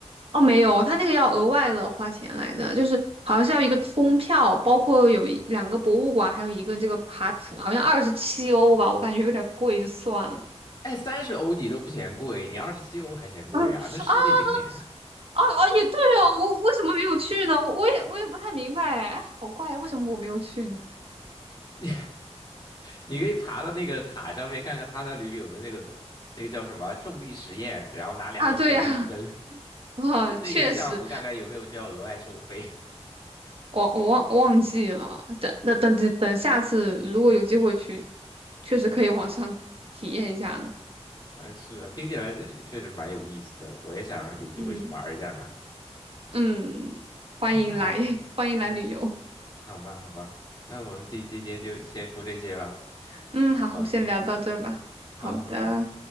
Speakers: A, on the right; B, on the left.
A: 哦，没有，它那个要额外的花钱来着，就是好像是要一个通票，包括有一两个博物馆，还有一个这个爬，好像二十七欧吧，我感觉有点贵，就算了。
B: 哎，三十欧你都不嫌贵，你二十七欧还嫌贵啊？
A: 啊啊！
B: 那世界景点，
A: 哦哦，也对哦，我为什么没有去呢？我我也我也不太明白哎，好怪，为什么我没有去呢？
B: <laughs> 你你可以爬到那个塔上面看看它那里面有没有那个那个叫什么重力实验，然后拿两个球给你扔，
A: 啊，对呀、哇，
B: <laughs>
A: 确实，
B: 那个项目看看有没有需要额外收费。
A: 我我忘我忘记了。等那等等等下次如果有机会去，确实可以网上体验一下呢。
B: <laughs> 哎，是啊，听起来这确实蛮有意思的，我也想有机会去玩一下呢。
A: 嗯嗯，欢迎来，
B: 嗯，好吧，
A: <laughs> 欢迎来旅游。
B: 嗯，好吧，好吧，那我们今今天就先说这些吧。
A: 嗯，好，
B: 我去，
A: 我先聊到这吧。好的，
B: 好好好，